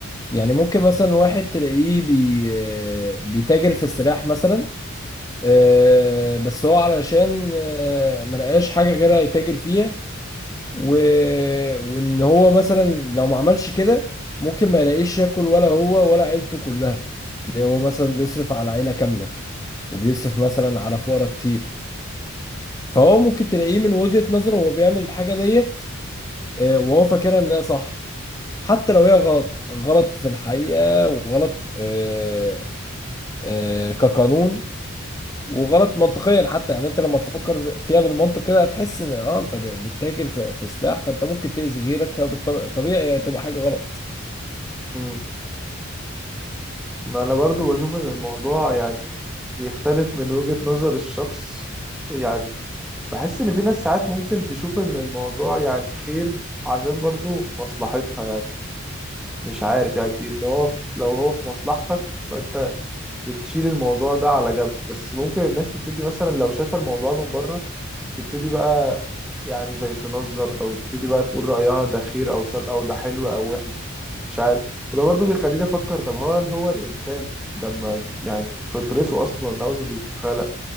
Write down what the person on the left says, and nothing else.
يعني ممكن مثلا واحد تلاقيه بي بيتاجر في السلاح مثلا آه، بس هو علشان آه، ملقاش حاجة غيرها يتاجر فيها و... وإن هو مثلا لو ما عملش كده ممكن ما يلاقيش ياكل ولا هو ولا عيلته كلها تلاقيه هو مثلا بيصرف على عيلة كاملة وبيصرف مثلا على فقرا كتير فهو ممكن تلاقيه من وجهة نظره هو بيعمل الحاجة ديت آه، وهو فاكرها انها صح حتى لو هي غلط غلط في الحقيقة وغلط آه، آه، كقانون وغلط منطقيا حتى يعني انت لما تفكر فيها بالمنطق كده هتحس ان اه انت ب- بتتاجر في في سلاح فانت ممكن تأذي غيرك فطبيعي تبقى حاجة غلط